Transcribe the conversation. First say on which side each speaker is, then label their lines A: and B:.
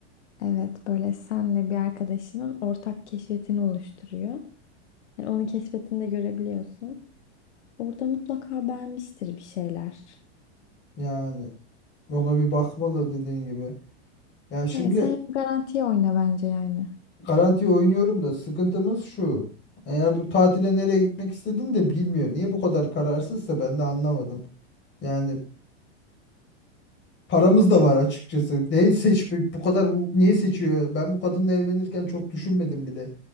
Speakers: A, on the left; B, on the left.
A: Evet böyle senle bir arkadaşının ortak keşfetini oluşturuyor. Yani onun keşfetini de görebiliyorsun. Orada mutlaka beğenmiştir bir şeyler.
B: Yani ona bir bakmalı dediğin gibi. Ya şimdi
A: Evet sen garantiye oyna bence yani.
B: Garanti oynuyorum da sıkıntımız şu. Eğer bu tatile nereye gitmek istediğini de bilmiyor. Niye bu kadar kararsızsa ben de anlamadım. Yani paramız da var açıkçası. Ne seç bu kadar bu niye seçiyor? Ben bu kadınla evlenirken çok düşünmedim bile.